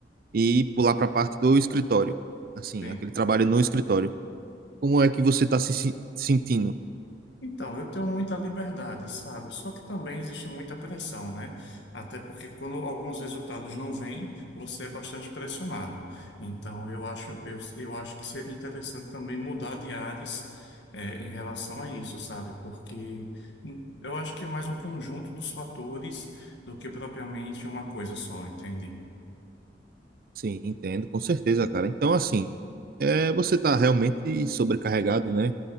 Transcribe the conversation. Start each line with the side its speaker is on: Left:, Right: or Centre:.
Right: e pular para a parte do escritório, assim,
Left: Sim.
Right: aquele trabalho no escritório. Como é que você está se se- sentindo?
Left: Então, eu tenho muita liberdade, sabe? Só que também existe muita pressão, né? Até porque quando alguns resultados não vêm, você é bastante pressionado. Então, eu acho, eu, eu acho que seria interessante também mudar de áreas eh, em relação a isso, sabe? Porque hum, eu acho que é mais um conjunto dos fatores do que propriamente uma coisa só, entende?
Right: Sim, entendo, com certeza, cara. Então, assim, é, você está realmente sobrecarregado, né?